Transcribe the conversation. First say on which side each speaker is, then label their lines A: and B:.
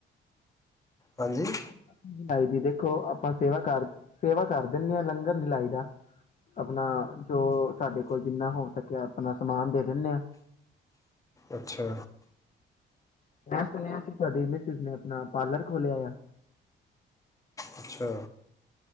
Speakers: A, on the left; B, on the left.
A: ਹਾਂਜੀ।
B: ਛਬੀਲ ਲੱਗਦੀ, ਦੇਖੋ ਆਪਾਂ ਸੇਵਾ ਕਰ ਸੇਵਾ ਕਰ ਦਿੰਦੇ ਹਾਂ, ਲੰਗਰ ਲਗਾਈ ਦਾ ਆਪਣਾ ਜੋ ਸਾਡੇ ਕੋਲ ਜਿੰਨਾ ਹੋ ਸਕਿਆ ਆਪਣਾ ਸਮਾਨ ਦੇ ਦਿੰਦੇ ਹਾਂ।
A: ਅੱਛਾ।
B: ਮੈਂ ਸੁਣਿਆ ਸੀ ਤੁਹਾਡੀ ਮਿਸਿਸ ਨੇ ਆਪਣਾ ਪਾਰਲਰ ਖੋਲਿਆ ਆ।
A: ਅੱਛਾ।